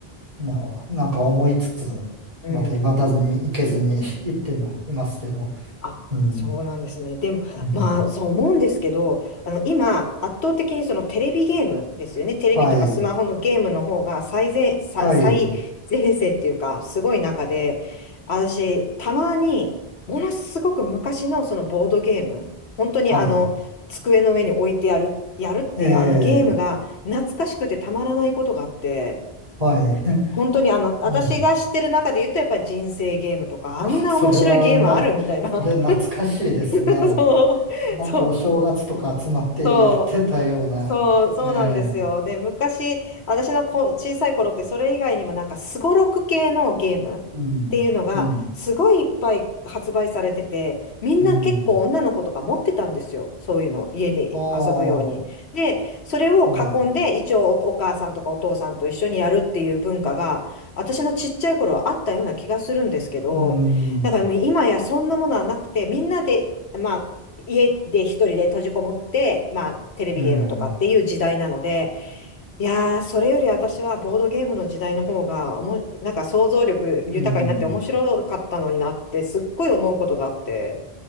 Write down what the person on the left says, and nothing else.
うん。
あ、
そうなんですね。でも、
まあ、そう思うんですけど、あの、今、圧倒的にそのテレビゲームですよね。テレビとかスマホのゲームの方が最前、
さ最前線っていうか、
すごい中で、私、たまに、ものすごく昔のそのボードゲーム、本当にあの、
机の上に置いてやる、やるっていうあのゲームが懐かしくてたまらないことがあって、
本当にあの、私が知ってる中で言うと、
やっぱり人生ゲームとか、あんな面白いゲームあるみたいな。
<laughs> そう、
そう、そう。そう、そうなんですよ。
で、昔、私のこ小さい頃ってそれ以外にもなんかすごろく系のゲームっていうのがすごいいっぱい発売されてて、
みんな結構女の子とか持ってたんですよ。
そういうの、家で遊ぶように。
で、それを囲んで一応お、
お母さんとかお父さんと一緒にやるっていう文化が私のちっちゃい頃はあったような気がするんですけど、
だからもう今やそんなものはなくて、みんなで、まあ家で一人で閉じこもって、まあ、テレビゲームとかっていう時代なので、
いやー、それより私はボードゲームの時代の方がおも、なんか想像力豊かになって面白かったのになって、
すっごい思うことがあって。